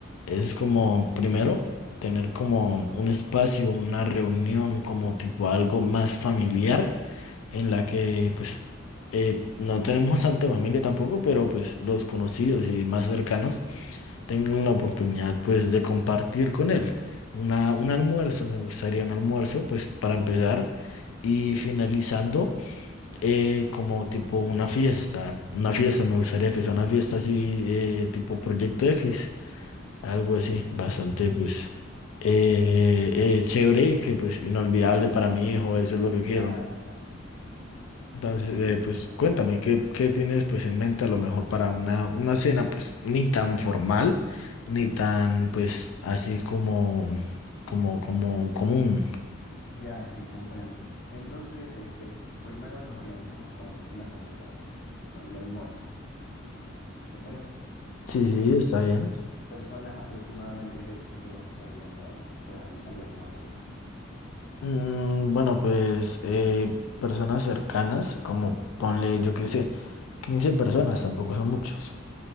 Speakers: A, on the left (about 90°); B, on the left (about 55°).
A: es como, primero, tener como un espacio, una reunión, como tipo algo más familiar, en
B: sí,
A: la que pues eh, no tenemos <laughs> tanta familia tampoco, pero pues los conocidos y más cercanos tengan la oportunidad pues de compartir con él. Una, un almuerzo, me gustaría un almuerzo, pues para empezar. Y finalizando, eh, como tipo una fiesta. Una fiesta, me gustaría que sea una fiesta así, eh, tipo Proyecto X. Algo así, bastante, pues, eh, eh, chévere y que, pues, inolvidable para mi hijo, eso es lo que quiero,
B: claro,
A: ¿no?
B: claro.
A: Entonces,
B: Sí,
A: eh, pues,
B: completamente.
A: cuéntame, ¿qué, qué tienes, pues, en mente a lo mejor para una, una cena, pues, ni tan formal, ni tan, pues, así como, como, como común?
B: Ya, sí, comprendo. Entonces, este, primero nos organizamos con la cena familiar, bueno, el almuerzo, ¿te parece?
A: Sí, sí,
B: Este,
A: está bien.
B: personas aproximadamente creo que sé que van a estar yendo al, pues, al, al almuerzo.
A: Mm, bueno, pues, eh, personas cercanas, como, ponle, yo qué sé, 15 personas, tampoco son muchos.